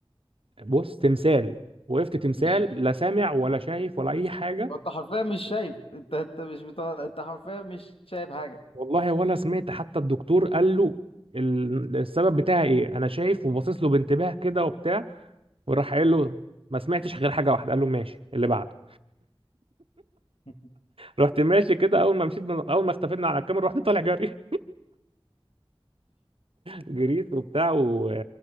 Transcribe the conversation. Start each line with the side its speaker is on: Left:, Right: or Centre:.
Right: بص تمثال وقفت تمثال
Left: <laughs>
Right: لا سامع ولا شايف ولا اي حاجه
Left: انت حرفيا مش شايف انت انت مش بتاع انت حرفيا مش شايف حاجه
Right: والله ولا سمعت حتى الدكتور قال له ال- السبب بتاعي ايه انا شايف وباصص له بانتباه كده وبتاع وراح قايل له ما سمعتش غير حاجه واحده قال له ماشي اللي بعده
Left: <laughs>
Right: رحت ماشي كده اول ما مشيت من اول ما اختفينا على الكاميرا رحت طالع جري جريت وبتاع و-